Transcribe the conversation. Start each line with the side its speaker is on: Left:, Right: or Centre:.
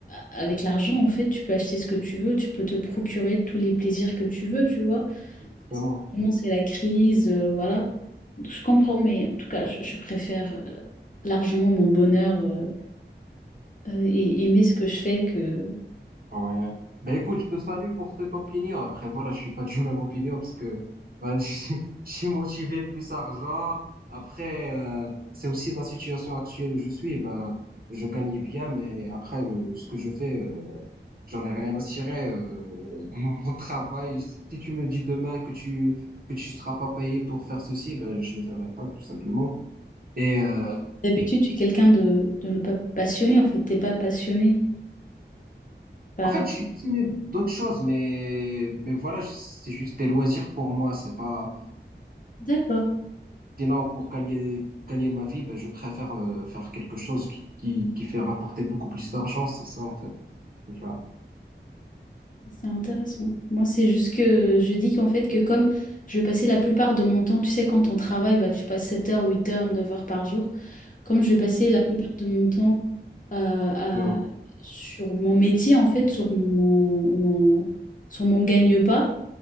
Left: avec l'argent, en fait, tu peux acheter ce que tu veux, tu peux te procurer tous les plaisirs que tu veux, tu vois.
Right: exactement.
Left: Parce que vraiment, c'est la crise, euh, voilà. Je comprends, mais en tout cas, je, je préfère euh, largement mon bonheur euh, euh, et aimer ce que je fais que...
Right: Ouais. Ben écoute, je te salue pour cette opinion. Après, voilà, je suis pas du <laughs> même opinion parce que voilà, <laughs> je suis je suis motivé plus argent. Après, euh, c'est aussi la situation actuelle où je suis. Ben, je gagne bien, mais après, euh, ce que je fais, euh, j'en ai rien à tirer Euh, <laughs> mon mon travail, si tu me dis demain que tu que tu seras pas payé pour faire ceci, ben je le ferai pas tout simplement. Et euh,
Left: D'habitude, tu es quelqu'un de, de ne pas passionné, en fait. T'es pas passionné. Pas...
Right: en fait, je suis passionné d'autres choses, mais mais voilà, c'est juste des loisirs pour moi. C'est pas
Left: D'accord.
Right: Sinon, pour gagner, gagner ma vie, ben, je préfère euh, faire quelque chose qui, qui, qui fait rapporter beaucoup plus d'argent, c'est ça en fait. Tu vois.
Left: C'est intéressant. Moi, c'est juste que je dis qu'en fait, que comme je passais la plupart de mon temps, tu sais, quand on travaille, bah, tu passes 7 heures, 8 heures, 9 heures par jour. Comme je passais la plupart de mon temps euh, à-
Right: Ouais,
Left: sur mon métier, en fait, sur mon, mon, sur mon gagne-pas,